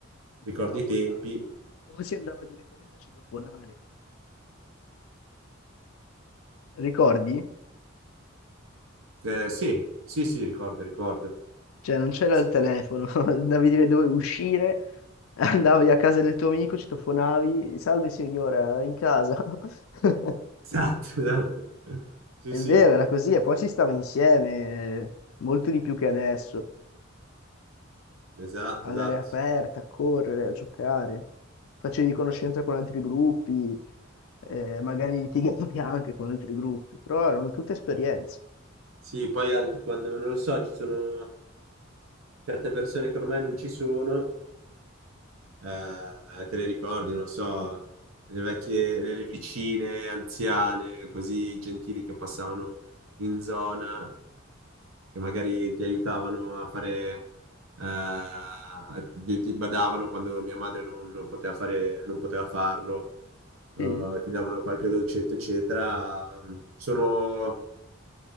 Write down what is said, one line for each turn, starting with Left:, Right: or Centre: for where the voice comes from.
Left: o
Right: ricordo
Left: chiamavo
Right: i tempi.
Left: a casa o si andava direttamente a citofonare. Ricordi?
Right: Eh, sì, sì, sì, ricordo, ricordo.
Left: Cioè non c'era
Right: Sì.
Left: il telefono, <laughs> andavi dire dove uscire, andavi a casa del tuo amico, citofonavi, salve signora, è in casa. <laughs>
Right: Esatto, <laughs> esatto. Sì,
Left: È
Right: sì,
Left: vero, era così, e poi si stava insieme, eh, molto di più che adesso,
Right: esatto,
Left: all'aria
Right: esatto.
Left: aperta, a correre, a giocare, facevi conoscenza con altri gruppi, eh, magari litigavi <laughs> anche con altri gruppi, però erano tutte esperienze.
Right: Sì, poi anche quando non lo so, ci sono certe persone che ormai non ci sono eh, eh, te le ricordi, non so, le vecchie, le le vicine anziane, così gentili che passavano in zona, che magari ti aiutavano a fare, eh, ti ti badavano quando mia madre non, non poteva fare, non poteva farlo, eh,
Left: Sì,
Right: ti davano qualche dolcetto, eccetera. Sono